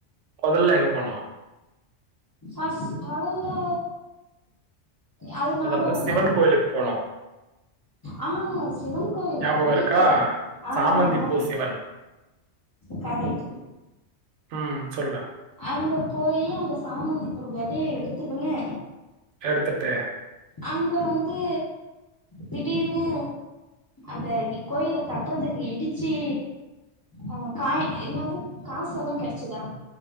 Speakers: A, on the right (about 85°); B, on the left (about 25°).
A: மொதல்ல எங்க போனோ
B: ஆ மொதல்ல அது
A: மொதல்ல
B: ஞாபகோ இல்ல
A: சிவன் கோயிலுக்கு போனோ
B: ஆ சிவன் கோவில்ல
A: ஞாபகம்
B: போயிட்டு
A: இருக்கா?
B: ஆ
A: சாமந்தி
B: ஆ
A: பூ சிவன்.
B: காரேட்டு
A: ம் சொல்லுரே
B: அங்க போயி அந்த சாமந்திப்பு வெதைய எடுத்துக்கனு
A: எடுத்துட்டே
B: அங்க வந்து திடீர்னு அந்த கோயில்ல கட்டுறதுக்கு இடிச்சு ஆ காய என்னது காச எல்லா கெடைச்சதா